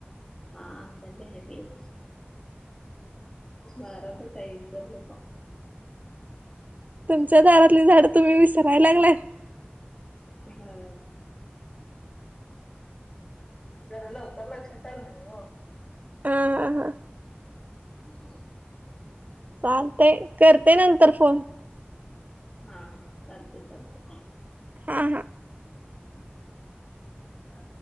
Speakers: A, on the left; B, on the right.
A: आमच्यात पण आहे पेरूचं. दारातच आहे विसरलो बघ.
B: तुमच्या घरातली झाडं तुम्ही विसरायला लागले.
A: हा. जरा लवकर लक्षात आलं नाही हो.
B: हा हा हां.
A: हो.
B: चालते करते नंतर फोन
A: हा चालते चालते.
B: हा हा.
A: ह.